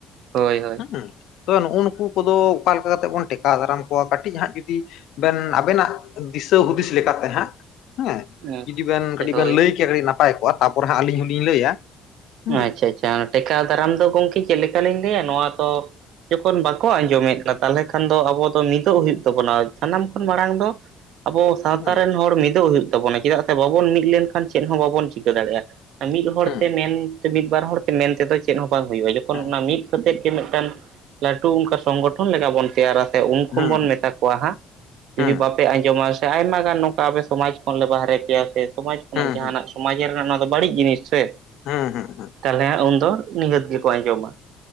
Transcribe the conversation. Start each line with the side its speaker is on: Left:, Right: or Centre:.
Right: ᱦᱳᱭ ᱦᱳᱭ᱾
Left: ᱦᱮᱸ᱾ ᱛᱚᱵᱮ ᱱᱩᱜ-ᱩ ᱱᱩᱠᱩ ᱠᱚᱫᱚ ᱚᱠᱟ ᱞᱮᱠᱟ ᱠᱟᱛᱮᱜ ᱵᱚᱱ ᱴᱮᱠᱟᱣ ᱫᱟᱨᱟᱢ ᱠᱚᱣᱟ ᱠᱟᱴᱤᱡ ᱦᱟᱸᱜ ᱡᱩᱫᱤ ᱵᱮᱱ ᱟᱵᱮᱱᱟᱜ ᱫᱤᱥᱟᱹ ᱦᱩᱫᱤᱥ ᱞᱮᱠᱟᱛᱮ ᱦᱟᱸᱜ ᱦᱮᱸ᱾
Right: ᱟᱪᱪᱷᱟ
Left: ᱡᱩᱫᱤ ᱵᱮᱱ
Right: ᱟᱪᱪᱷᱟ
Left: ᱠᱟᱹᱴᱤᱡ
Right: ᱦᱳᱭ
Left: ᱵᱮᱱ ᱞᱟᱹᱭ ᱠᱮᱭᱟ ᱠᱟᱹᱴᱤᱡ ᱱᱟᱯᱟᱭ ᱠᱚᱜ-ᱟ, ᱛᱟᱯᱚᱨᱮ ᱦᱟᱸᱜ ᱟᱹᱞᱤᱧ ᱦᱚᱞᱤᱧ ᱞᱟᱹᱭᱟ᱾ ᱦᱩᱸ
Right: ᱟᱸᱪᱪᱷᱟ ᱟᱸᱪᱪᱷᱟ ᱴᱮᱠᱟᱣ ᱫᱟᱨᱟᱢ ᱫᱚ ᱜᱚᱝᱠᱮ ᱪᱮᱫ ᱞᱮᱠᱟ ᱞᱤᱧ ᱞᱟᱹᱭᱟ ᱱᱚᱣᱟ ᱫᱚ ᱡᱚᱠᱷᱚᱱ ᱵᱟᱠᱚ ᱟᱸᱡᱚᱢᱮᱫ ᱠᱟ ᱛᱟᱞᱦᱮ ᱠᱷᱟᱱ ᱫᱚ ᱟᱵᱚ ᱫᱚ ᱢᱤᱫᱚᱜ ᱦᱩᱭᱩᱜ ᱛᱟᱵᱚᱱᱟ᱾ ᱥᱟᱱᱟᱢ ᱠᱷᱚᱱ ᱢᱟᱲᱟᱝ ᱫᱚ ᱟᱵᱚ ᱥᱟᱶᱛᱟ
Left: ᱦᱩᱸ
Right: ᱨᱮᱱ ᱦᱚᱲ ᱢᱤᱫᱚᱜ ᱦᱩᱭᱩᱜ ᱛᱟᱵᱚᱱᱟ᱾ ᱪᱮᱫᱟᱜ ᱥᱮ ᱵᱟᱵᱚᱱ ᱢᱤᱫ ᱞᱮᱱᱠᱷᱟᱱ ᱪᱮᱫ ᱦᱚᱸ ᱵᱟᱵᱚᱱ ᱪᱤᱠᱟᱹ ᱫᱟᱲᱮᱜ-ᱟ᱾ ᱢᱤᱫ ᱦᱚᱲ
Left: ᱦᱩᱸ
Right: ᱛᱮ ᱢᱮᱱ ᱛᱮ ᱢᱤᱫ ᱵᱟᱨ ᱦᱚᱲ ᱛᱮ ᱢᱮᱱ ᱛᱮᱫᱚ ᱪᱮᱫ ᱦᱚᱸ ᱵᱟᱝ ᱦᱩᱭᱩᱜ-ᱟ᱾ ᱡᱚᱠᱷᱚᱱ
Left: ᱦᱮᱸ
Right: ᱚᱱᱟ ᱢᱤᱫᱠᱟᱛᱮᱫ ᱜᱮ ᱢᱤᱫᱴᱮᱱ ᱞᱟᱹᱴᱩ ᱚᱱᱠᱟ ᱥᱚᱝᱜᱚᱴᱷᱚᱱ ᱞᱮᱠᱟ ᱵᱚᱱ ᱛᱮᱭᱟᱨᱟ ᱥᱮ ᱩᱱᱠᱷᱩᱱ
Left: ᱦᱩᱸ
Right: ᱵᱚᱱ ᱢᱮᱛᱟ ᱠᱚᱣᱟ ᱦᱟᱸᱜ᱾
Left: ᱦᱩᱸ
Right: ᱡᱩᱫᱤ ᱵᱟᱯᱮ ᱟᱸᱡᱚᱢᱟ ᱥᱮ ᱟᱭᱢᱟ ᱜᱟᱱ ᱱᱚᱝᱠᱟ ᱟᱯᱮ ᱥᱚᱢᱟᱡᱽ ᱠᱷᱚᱱᱞᱮ ᱵᱟᱦᱨᱮ ᱯᱮᱭᱟ ᱥᱮ ᱥᱚᱢᱟᱡᱽ ᱠᱷᱚᱱᱟᱜ
Left: ᱦᱩᱸ
Right: ᱡᱟᱦᱟᱸᱱᱟᱜ
Left: ᱦᱩᱸ
Right: ᱥᱚᱢᱟᱡᱽ ᱨᱮᱱᱟᱜ ᱱᱚᱣᱟ ᱫᱚ ᱵᱟᱹᱲᱤᱡ ᱡᱤᱱᱤᱥ ᱥᱮ᱾
Left: ᱦᱩᱸ ᱦᱩᱸ ᱦᱩᱸ᱾
Right: ᱛᱟᱦᱚᱞᱮ ᱩᱱᱫᱚ ᱱᱤᱦᱟᱹᱛ ᱜᱮᱠᱚ ᱟᱸᱡᱚᱢᱟ ᱾